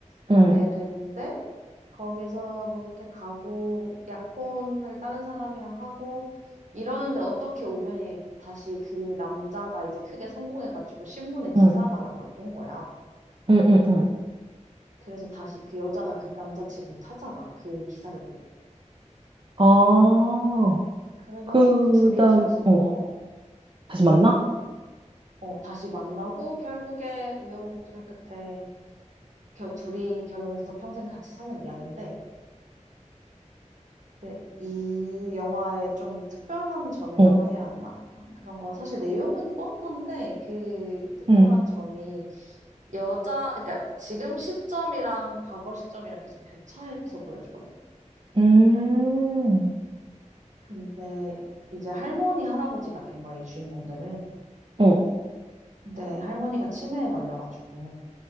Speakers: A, on the right; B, on the right.
A: 가게
B: 응,
A: 되는데 거기서 뭐 그렇게 가고 약혼을 다른 사람이랑 하고 이러는데 어떻게 우연히 다시 그 남자가 이제 크게 성공해가지고 신문에 기사가
B: 응,
A: 난 걸 본 거야.
B: 응, 응, 응.
A: 그래서 다시 그 여자가 그 남자 집을 찾아가 그 기사를 보고.
B: 아,
A: 그래가지고
B: 그
A: 둘이
B: 다음,
A: 다시
B: 어,
A: 어,
B: 다시 만나?
A: 어, 다시 만나고 결국에 우여곡절 끝에 겨, 둘이 결혼해서 평생 같이 사는 이야기인데 네, 이 영화의 좀 특별한 점이라고
B: 어,
A: 해야 하나? 그런 건 사실 내용은 뻔한데 그 특별한
B: 응,
A: 점이 여자, 그러니까 지금 시점이랑 과거 시점이랑 계속 교차해서 보여주거든.
B: 음,
A: 근데 이제 할머니, 할아버지가 된 거야, 이 주인공들은.
B: 어,
A: 근데 할머니가 치매에 걸려가지고